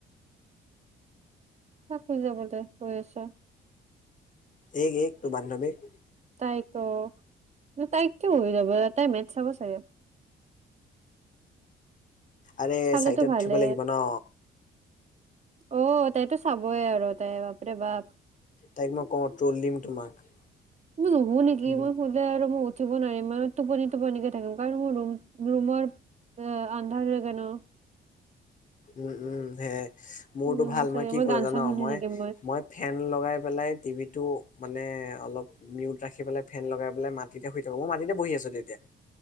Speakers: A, on the right; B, on the left.
A: কাক শুই যাবলৈ কৈ আছ?
B: এইক এইক তোৰ বান্ধৱীক।
A: তাইক অ' তাইক কিয় হৈ যাব তাই মেত চাব চাগে?
B: আৰে
A: চালেতো
B: চাৰিটাত
A: ভালে
B: উঠিব লাগিব ন।
A: অ', তাইতো চাবই আৰু তাই বাপৰে বাপ।
B: তাইক মই কওঁ ট্ৰ'ল দিম তোমাক।
A: মই নুশু নেকি?
B: উম
A: মই শুলে আৰু মই উঠিব নোৱাৰিম, মই টোপনি টোপনিকে থাকিম কাৰণ মোৰ ৰুম ৰুমৰ আ আন্ধাৰ হৈ থাকে ন।
B: উম উম সেইয়াই মোৰটো
A: নুশু
B: ভাল
A: চাগে
B: মই কি কৰো
A: গান
B: জান
A: চান শুনি
B: মই
A: থাকিম
B: মই ফেন লগাই পেলাই টিভিটো মানে অলপ মিউট ৰাখি পেলাই ফেন লগাই পেলাই মাটিতে শুই থাকো, মই মাটিতে বঢ়ি আছো তেতিয়া।